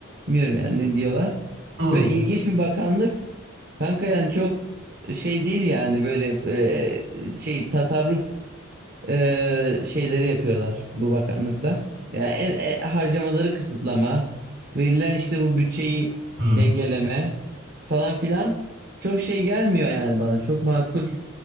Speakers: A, on the right; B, on the right.
A: bilmiyorum yani ne diyorlar.
B: <laughs> Hı.
A: Böyle ilginç bir bakanlık. Kanka yani çok şey değil yani böyle e, şey tasarruf e, şeyleri yapıyorlar bu bakanlıkla. Yani en, en- harcamaları kısıtlama, verilen işte bu bütçeyi
B: Hı.
A: dengeleme falan filan çok şey gelmiyor yani bana. Çok makul